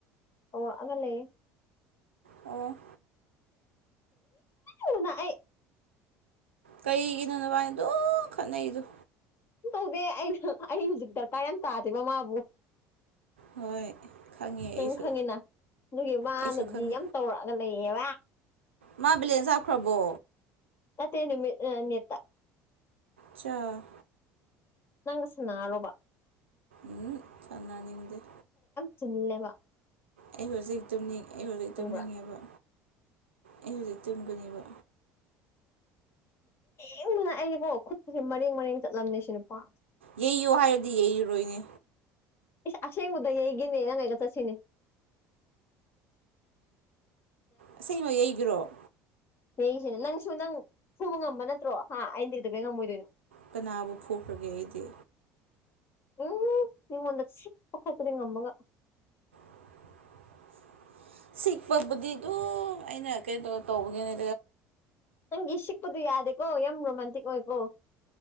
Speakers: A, on the left; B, on the right.
A: ꯑꯣ ꯑꯉ ꯂꯩ
B: ꯑꯣ
A: ꯅꯅꯑꯥꯏ
B: ꯀꯩꯒꯤꯅꯣ ꯅꯚꯕꯥꯅꯤ ꯑꯗꯨꯝ ꯈꯠꯅꯩꯗꯨꯣ
A: ꯇꯧꯗꯦ ꯑꯩꯅ ꯑꯩ ꯍꯧꯖꯤꯛ ꯗꯔꯀꯔ ꯌꯥꯝ ꯇꯥꯗꯦ ꯃꯃꯥꯕꯨ
B: ꯍꯣꯏ ꯈꯪꯉꯦ
A: ꯅꯪ
B: ꯑꯩꯁꯨ
A: ꯈꯪꯉꯤꯅ ꯑꯗꯨꯒꯤ ꯃꯥꯅꯗꯤ
B: ꯑꯩꯁꯨ ꯈꯪꯉꯦ
A: ꯌꯥꯝ ꯇꯧꯔꯛꯑꯒ ꯂꯩꯌꯦꯕ
B: ꯃꯥ ꯕꯂꯦꯟ ꯍꯥꯞꯈ꯭ꯔꯕꯣ
A: ꯑꯇꯩ ꯅꯨꯃꯤ ꯑꯅꯤꯠꯇ
B: ꯆ
A: ꯅꯪꯁꯨꯟꯅ ꯔꯣꯕ
B: ꯎꯝ ꯆꯟꯅ ꯅꯤꯡꯗꯤꯦ
A: ꯆꯜꯂꯦꯕ
B: ꯑꯩ ꯍꯧꯖꯤꯛ ꯇꯨꯝꯅꯤꯡ ꯑꯩ ꯍꯧꯖꯤꯛ
A: ꯈꯪꯕ꯭ꯔꯥ
B: ꯇꯨꯝꯅꯤꯡꯉꯦꯕ ꯑꯩ ꯍꯧꯖꯤꯛ ꯇꯨꯝꯕꯅꯦꯕ
A: ꯌꯦ ꯃꯅ ꯑꯩꯅꯦꯕꯣ ꯈꯨꯠꯇꯨꯁꯦ ꯃꯔꯦꯡ ꯃꯔꯦꯡ ꯆꯠꯂꯝꯅꯦ ꯁꯤ ꯅꯨꯄꯥ
B: ꯌꯩꯌꯨ ꯍꯥꯏꯔꯗꯤ ꯌꯩꯔꯨꯔꯣꯏꯅꯦ
A: ꯑꯁꯥꯏ ꯃꯗꯥ ꯌꯦꯒꯦꯅꯦ ꯅꯪꯉꯥꯏꯒ ꯆ ꯁꯤꯅꯦ
B: ꯁꯃ ꯌꯩꯈ꯭ꯔꯣ
A: ꯍꯁꯤꯅ ꯅꯪꯁꯨ ꯅꯪ ꯁꯨꯕ ꯉꯝꯕ ꯅꯠꯇ꯭ꯔꯣ ꯍꯥ ꯑꯩꯅꯗꯤ ꯀꯩꯗ ꯀꯩ ꯉꯝꯃꯣꯏꯗꯣꯏꯅꯣ
B: ꯀꯅꯥꯕꯨ ꯐꯨꯈ꯭ꯔꯒꯦ ꯑꯩꯗꯤ
A: ꯎꯝ ꯃꯤꯉꯣꯟꯗ ꯁꯤꯤꯄ ꯀꯠꯇꯗꯉꯃꯒ
B: <unintelligible> ꯁꯤꯛꯄꯕꯨꯗꯤ ꯑꯗꯨꯝ ꯑꯩꯅ ꯀꯩꯧ ꯇꯧꯕꯒꯤꯅꯦ
A: ꯅꯪꯒꯤ ꯁꯤꯛꯄꯗꯨ ꯌꯥꯗꯦꯀꯣ ꯌꯥꯝ ꯔꯣꯃꯥꯟꯇꯤꯛ ꯑꯣꯏꯀꯣ